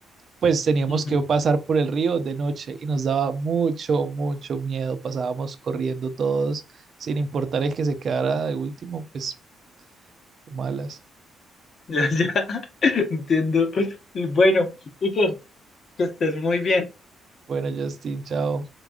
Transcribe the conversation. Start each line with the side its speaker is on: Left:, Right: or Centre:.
Right: pues teníamos
Left: ujú.
Right: que pasar por el río de noche y nos daba mucho, mucho miedo. Pasábamos corriendo todos, sin importar el que se quedara de último, pues de malas.
Left: Ya, ya, <laughs> entiendo. Bueno, Iker, que estés muy bien.
Right: Bueno, Justin, chao.